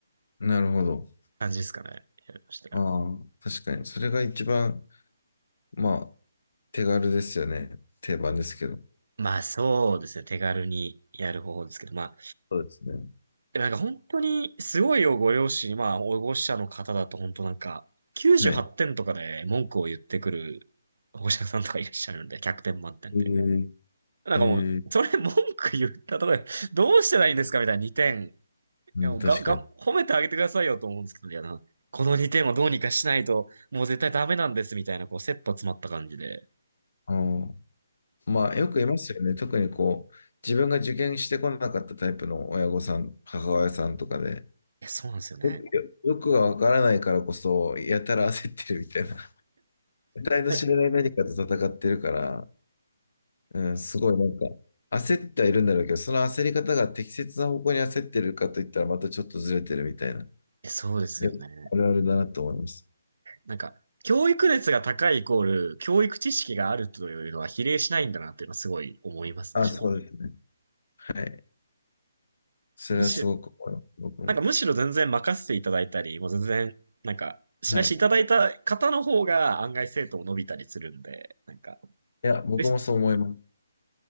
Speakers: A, on the left; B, on the right.
A: なるほど。
B: 感じですかね。やりました
A: ああ、確かに。それが一番、まあ、手軽ですよね。定番ですけど。
B: まあそうですね。手軽にやる方法ですけど、まあ、
A: そうですね。
B: でもなんか本当にすごいよ、ご両親、まあ、保護者の方だと本当なんか、98点とかで文句を言ってくる保護者さんとかいらっしゃるんで、
A: はい。
B: 100点満点で。
A: えー、
B: なんかもう、
A: えー、
B: それ文句言ったとこで、どうしたらいいんですかみたいな2点。い
A: うん、
B: やもうが、
A: 確かに。
B: が、褒めてあげてくださいよと思うんですけど、いやな、この2点をどうにかしないと、もう絶対ダメなんですみたいな、こう、切羽詰まった感じで。い
A: あーまあ、よくいますよね。特にこう、自分が受験してこなかったタイプの親御さん、母親さんとかで、
B: や、そうなんですよね。
A: よく、よよくがわからないからこそ、やたら焦ってるみたいな。<laughs> 得体の知れない何かと戦ってるから、
B: い
A: うん、すごいなんか、焦ってはいるんだろうけど、その焦り方が適切な方向に焦ってるかといったら、またちょっとずれてるみたいな。
B: やそうですよね。
A: よくあるあるだなと思います。
B: なんか、教育熱が高いイコール、教育知識があるというのは比例しないんだなっていうのはすごい思いますね、
A: あ、
B: 正直。
A: そうですね。はい。それはすごく思います。
B: むしろ、
A: 僕も。
B: なんかむしろ全然任せていただいたり、もう全然、なんか、しないしていただいた方の方が案外生徒も伸びたりするんで、
A: はい。
B: なんか、
A: いや、僕もそう思います。
B: で